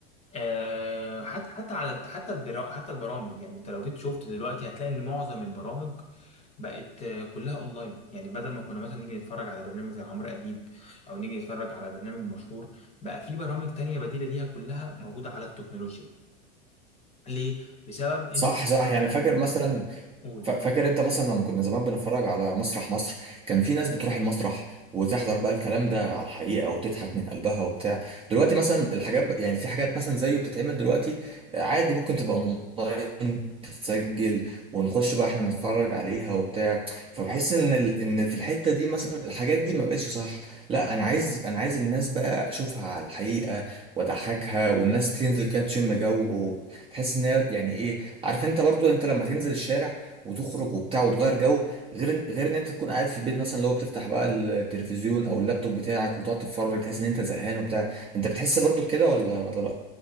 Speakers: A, on the left; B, on the right.
A: أه حتى حتى على حتى البرا حتى البرامج يعني انت لو جيت شفت دلوقتي هتلاقي ان معظم البرامج بقت آه، كلها اونلاين يعني بدل ما كنا مثلا نيجي نتفرج على برنامج زي عمرو اديب او نيجي نتفرج على برنامج مشهور بقى في برامج تانية بديلة ليها كلها موجودة على التكنولوجيا ليه بسبب ان
B: صح صح يعني فاكر مثلا
A: قول
B: ف- فاكر انت مثلا لما كنا زمان بنتفرج على مسرح مصر كان في ناس بتروح المسرح وتحضر بقى الكلام ده على الحقيقة وتضحك من قلبها وبتاع دلوقتي مثلا الحاجات ب- يعني في حاجات مثلا زيه بتتعمل دلوقتي عادي ممكن تبقى اونلاين تتسجل ونخش بقى احنا نتفرج عليها وبتاع فبحس ان ال... ان في الحتة دي مثلا الحاجات دي ما بقتش صح لا انا عايز انا عايز الناس بقى اشوفها على الحقيقة واضحكها والناس تنزل كده تشم جو وتحس ان هي يعني ايه عارف انت برضو انت لما تنزل الشارع وتخرج وبتاع وتغير جو غير إن- غير ان انت تكون قاعد في البيت مثلا لو بتفتح بقى التلفزيون او اللابتوب بتاعك وتقعد تتفرج تحس ان انت زهقان وبتاع انت بتحس برضو بكده ولا ولا لا